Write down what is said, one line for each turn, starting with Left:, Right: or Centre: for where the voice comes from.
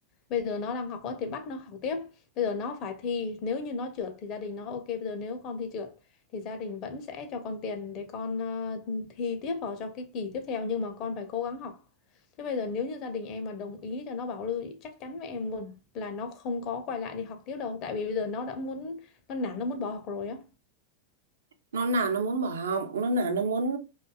Left: bây giờ nó đang học á, thì bắt nó học tiếp bây giờ nó phải thi nếu như nó trượt thì gia đình nó ok bây giờ nếu con thi trượt thì gia đình vẫn sẽ cho con tiền để con ờ, thi tiếp vào trong cái kỳ tiếp theo nhưng mà con phải cố gắng học. Thế bây giờ nếu như gia đình em mà đồng ý cho nó bảo lưu chắc chắn với em luôn là nó không có quay lại đi học tiếp đâu tại vì bây giờ nó đã muốn nó nản nó muốn bỏ học rồi á.
Right: nó là nó muốn bỏ học nó là nó muốn